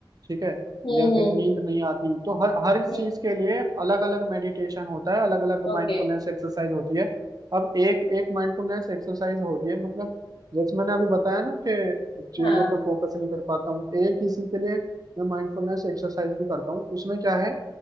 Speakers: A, on the right (about 50°); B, on the left (about 75°).
A: ठीक है
B: हम्म
A: या फिर नींद नहीं आती तो हर हर इस
B: हम्म
A: चीज के लिए अलग अलग मेडिटेशन होता है अलग अलग माइंडफुलनेस
B: ओके
A: एक्सरसाइज होती है अब एक एक माइंडफुलनेस एक्सरसाइज होती है मतलब जैसे मैंने अभी बताया ना कि चीजों
B: हाँ
A: पर फोकस नहीं कर पाता हूँ एक इसी के लिए मैं माइंडफुलनेस एक्सरसाइज भी करता हूँ उसमें क्या है